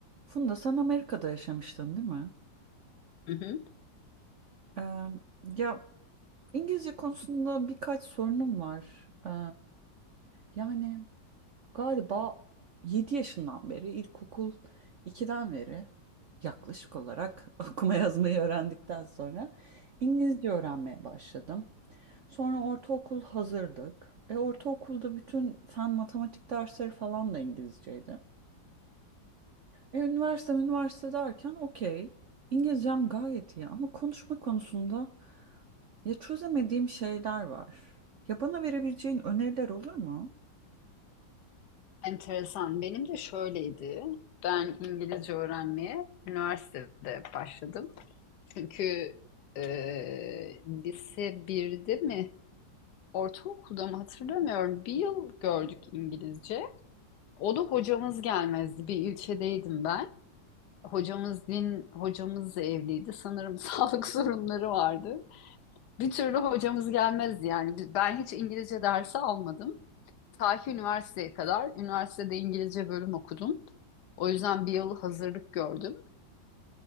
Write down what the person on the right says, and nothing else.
Funda sen Amerika'da yaşamıştın değil mi?
Ee, ya İngilizce konusunda birkaç sorunum var. Ee, yani galiba 7 yaşından beri ilkokul 2'den beri yaklaşık olarak <laughs> okuma yazmayı öğrendikten sonra İngilizce öğrenmeye başladım. Sonra ortaokul hazırdık. E, ortaokulda bütün fen matematik dersleri falan da İngilizceydi. E, üniversite üniversite derken okey. İngilizcem gayet iyi ama konuşma konusunda ya çözemediğim şeyler var. Ya bana verebileceğin öneriler olur mu?